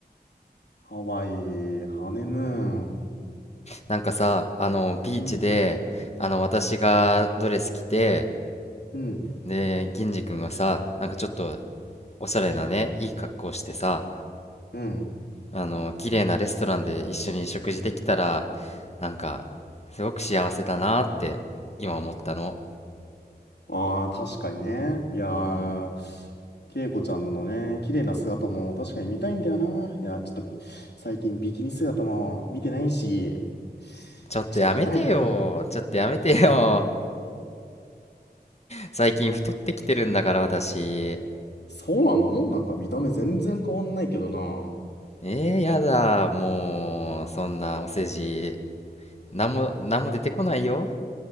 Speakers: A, on the left (about 75°); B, on the left (about 40°).
A: ハワイ、ハネムーン。
B: なんかさ、あの、ビーチで、
A: うん、
B: あの、私がドレス着て、
A: うん、
B: で、銀次くんがさ、なんかちょっと、おしゃれなね、いい格好してさ、
A: うん。
B: あの、綺麗なレストランで一緒に食事できたら、なんか、すごく幸せだなって、今思ったの。
A: ああ、確かにね。いやー、
B: うん。
A: 恵子ちゃんのね、綺麗な姿も確かに見たいんだよな。いやー、ちょっと、最近ビキニ姿も見てないし、い
B: ちょっとやめてよ。
A: や、ちょっと見たいな。
B: ちょっとやめてよ。最近太ってきてるんだから、私。
A: そうなのなんか見た目全然変わんないけどな。
B: えー、やだ、もう、そんなお世辞、なんも、なんも出てこないよ。